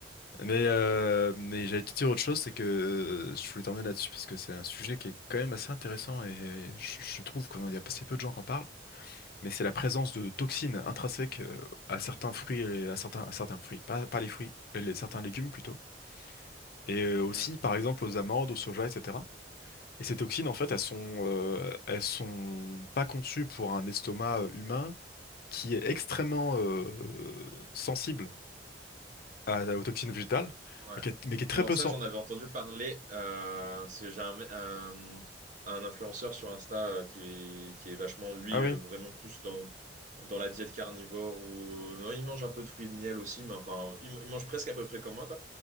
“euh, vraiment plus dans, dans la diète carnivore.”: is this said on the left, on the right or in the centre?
Right